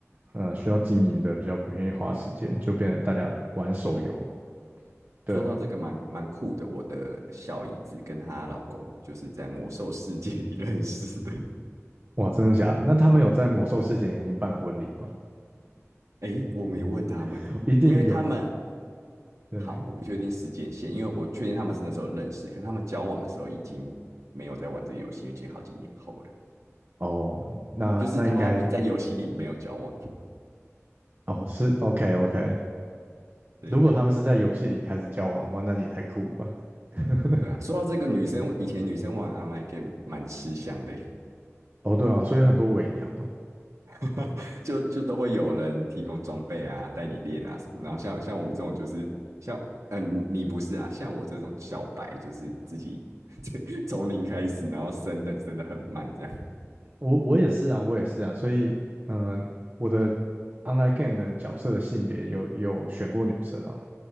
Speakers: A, on the right; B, on the right.
A: 呃需要经营的比较不愿意花时间，就变得大家玩手游。
B: <laughs>
A: 对，
B: 说到这个蛮蛮酷的，我的小姨子跟她老公就是在魔兽世界里认识的，
A: 哇，真的假的？那他们有在魔兽世界里面办婚礼吗？
B: <laughs> 真的。诶，我没问他们，
A: <laughs> 一定有。
B: 因为他们
A: 对，
B: 好，我不确定时间线，因为我确定他们是那时候认识，可他们交往的时候已经没有在玩这个游戏，已经好几年后了。
A: 哦，那那应该
B: 就是他们在游戏里没有交往。
A: 哦是 OK OK。
B: 对
A: 如果他们是在游戏里开始交往的话，那也太酷了吧？<laughs>
B: 对啊，说到这个女生，以前女生玩 online game 蛮吃香的，
A: 哦，对啊，所以很多伪娘啊。
B: <laughs> 就就都会有人提供装备啊，带你练啊什么。然后像像我们这种就是像嗯、呃你你不是啊，像我这种小白就是自己 <laughs> 从零开始，然后升等升的很慢这样，
A: 我我也是啊，我也是啊，所以，嗯、我的 online game 的角色的性别有有选过女生啊，